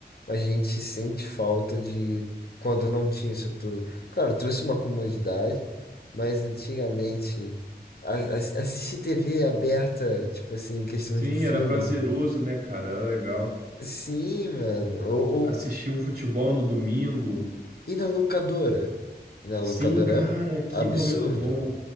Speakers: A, on the left; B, on the right.
A: mas a gente sente falta de quando não tinha isso tudo. Claro, trouxe uma comodidade, mas antigamente a- a- assistir TV aberta, tipo assim, em questão
B: Sim,
A: de um filme.
B: era prazeroso, né, cara? Era legal.
A: Sim, mano. Ou,
B: Assistia
A: ou-
B: um futebol no domingo.
A: E na locadora? E na locadora
B: Sim, cara, que
A: é absurdo.
B: momento bom.